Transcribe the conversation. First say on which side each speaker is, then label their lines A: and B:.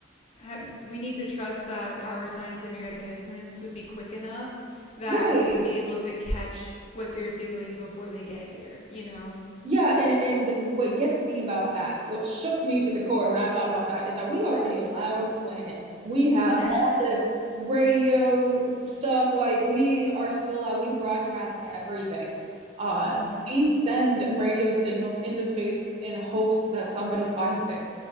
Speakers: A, on the left; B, on the right.
A: ha- we need to trust that our scientific advancements would be quick enough that
B: Right.
A: we would be able to catch what they're doing before they get here, you know?
B: Yeah, and and what gets me about that, what shook me to the core when I thought about that, is that we are a loud planet. We have
A: <laughs>
B: all this radio stuff, like we are so loud. We broadcast everything. Uh,
A: mhm.
B: we send radio signals into space in hopes that somebody finds it.